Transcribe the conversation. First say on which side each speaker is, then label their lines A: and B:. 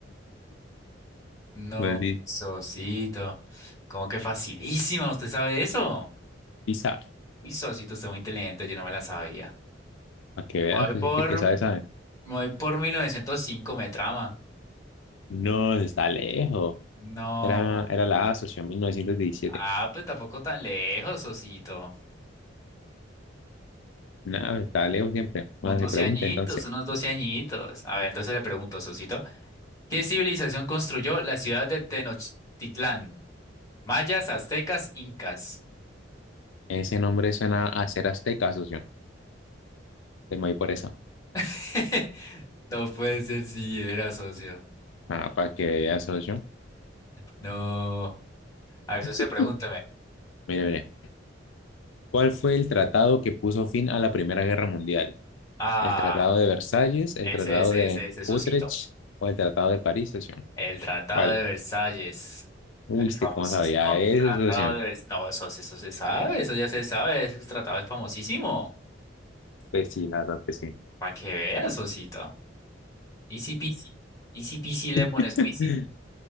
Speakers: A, on the left; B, on the left.
A: No,
B: Pues, di-
A: socito. Como que facilísima, ¿usted sabe eso?
B: sí sabe.
A: Uy, socito, usted es muy inteligente, yo no me la sabía.
B: Para que veas,
A: Me Voy
B: socio,
A: por,
B: que que sabe,
A: me
B: sabe.
A: voy por 1905, me trama.
B: No, está lejos.
A: No.
B: Era, era la A, socio, 1917.
A: Ah, pues tampoco tan lejos, Osito.
B: No, está lejos siempre.
A: Unos
B: Bueno,
A: 12
B: se pregunta
A: añitos,
B: entonces.
A: unos 12 añitos. A ver, entonces le pregunto, Osito, ¿qué civilización construyó la ciudad de Tenochtitlán? Mayas, aztecas, incas.
B: Ese nombre suena a ser azteca, socio. Te me voy por eso.
A: <laughs> No puede ser si era socio.
B: Ah, para que veas, socio.
A: No. A ver, socio,
B: <laughs>
A: pregúntame.
B: Mire, mire. ¿Cuál fue el tratado que puso fin a la Primera Guerra Mundial?
A: Ah,
B: ¿El Tratado de Versalles, el
A: ese,
B: Tratado
A: bueno, ese,
B: de
A: ese, ese, socito.
B: Utrecht o el Tratado de París, socio?
A: El Tratado
B: ¿Cuál?
A: de Versalles.
B: Uy,
A: El
B: ¿usted
A: famosísimo
B: cómo sabía eso,
A: Tratado
B: socio?
A: de Versalles. No, socio, eso se sabe, eso ya se sabe. Ese tratado es famosísimo.
B: Pues sí, la verdad, pues sí.
A: Para que veas, Osito. Easy peasy. Easy peasy lemon
B: <laughs>
A: squeezy.